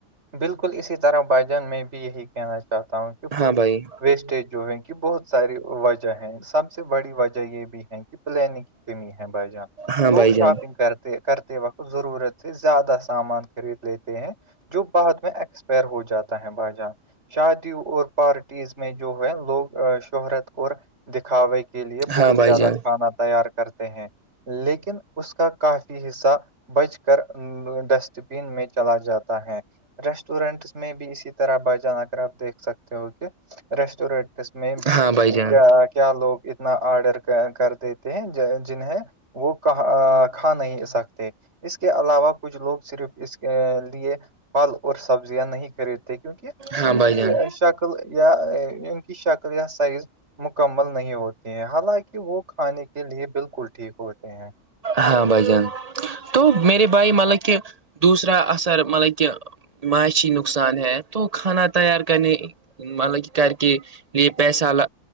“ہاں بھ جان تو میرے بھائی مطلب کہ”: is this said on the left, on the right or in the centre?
Right